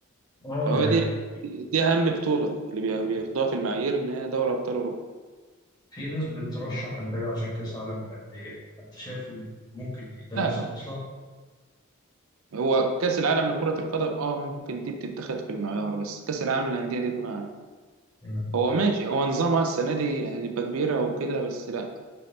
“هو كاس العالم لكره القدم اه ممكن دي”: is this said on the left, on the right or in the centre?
Right